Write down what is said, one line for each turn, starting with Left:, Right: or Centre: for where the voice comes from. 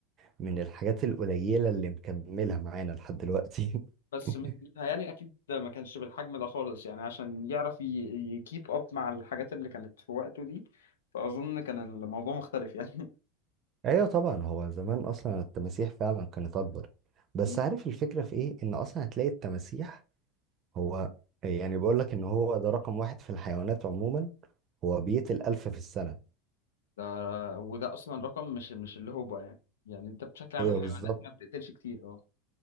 Right: من الحاجات القليلة اللي مكملة معانا لحد دلوقتي
Left: بس
Right: <laughs>
Left: مت- متهيألي أكيد ده ما كانش بالحجم ده خالص يعني عشان يعرف يكيب أب مع الحاجات اللي كانت في وقته دي فأظن كان الموضوع مختلف يعني
Right: ايوه طبعا هو زمان اصلا التماسيح فعلا كانت اكبر بس
Left: <laughs> مم.
Right: عارف الفكرة في ايه ان اصلا هتلاقي التماسيح هو يعني بيقول لك ان هو ده رقم واحد في الحيوانات عموما هو بيقتل ألف في السنة
Left: ده وده أصلا رقم مش مش اللي هو بقى يعني يعني أنت بشكل عام
Right: ايوه
Left: الحيوانات
Right: بالظبط
Left: ما بتقتلش كتير